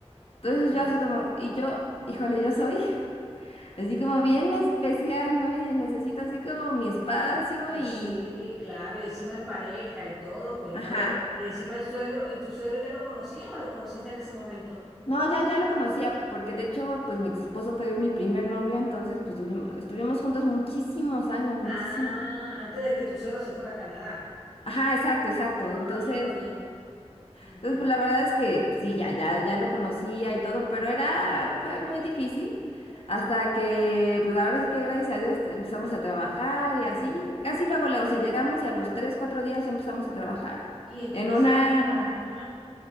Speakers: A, on the left (about 60°); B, in the centre.
A: Entonces
B: Sí,
A: yo así
B: sí.
A: como, y yo, híjole, yo soy. Así como bien especial, ¿no? Y necesito así como mi espacio
B: Pues
A: y...
B: sí, claro, y encima en pareja y todo, pues no,
A: Ajá.
B: y encima el suegro, ¿y tu suegro ya lo conocía o lo conociste en ese momento?
A: No, ya, ya lo conocía, porque de hecho, pues mi ex esposo fue mi primer novio, entonces pues tuvimos, estuvimos juntos muchísimos años, muchísimo.
B: Ah, antes de que tu suegro se fuera a Canadá.
A: Ajá, exacto, exacto.
B: Ah,
A: Entonces,
B: bien, ok.
A: entonces pues la verdad es que sí, ya, ya, ya lo conocía y todo, pero era, fue muy difícil hasta que, pues ahora sí que gracias a Dios empezamos a trabajar y así, casi luego, luego, o sea, llegamos y a los tres, cuatro días ya empezamos a trabajar
B: ¿Y en qué
A: en
B: empezaron
A: una...
B: a trabajar? Ajá.